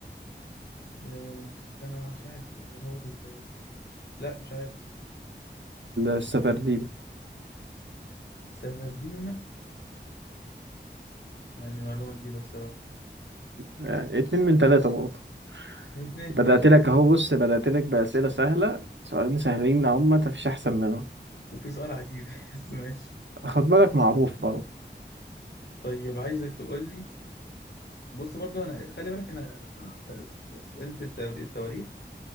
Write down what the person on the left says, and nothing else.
آه في سنة مش عارف اليهود اللي... لا مش عارف
سفرديم يعني معلومة جديدة بصراحة
اتنين
اتنين
وفي سؤال عجيب <laughs> بس ماشي
طيب عايزك تقول لي بص برضو انا خلي بالك انا آه، ت- س- س- اسئلة التو- التواريخ